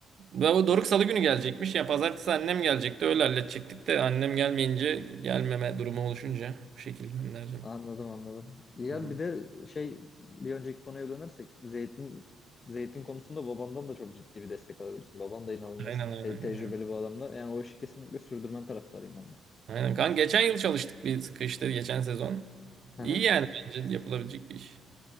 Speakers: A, on the right (about 60°); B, on the left (about 40°).
A: Ya bu Doruk Salı günü gelecekmiş. Ya Pazartesi annem gelecekti. Öyle halledecektik de annem gelmeyince gelmeme durumu oluşunca bu şekilde göndereceğim.
B: Anladım anladım. Ya
A: Hı.
B: bir de şey bir önceki konuya dönersek zeytin zeytin konusunda babandan da çok ciddi bir destek alabilirsin. Baban da inanılmaz
A: Aynen aynen.
B: te- tecrübeli
A: Aynen.
B: bir adamda. Yani o işi kesinlikle sürdürmen taraftarıyım ben de.
A: Aynen. Kanka geçen yıl çalıştık bir sıkı işte geçen sezon.
B: Hı
A: İyi
B: hı.
A: yani bence yapılabilecek bir iş.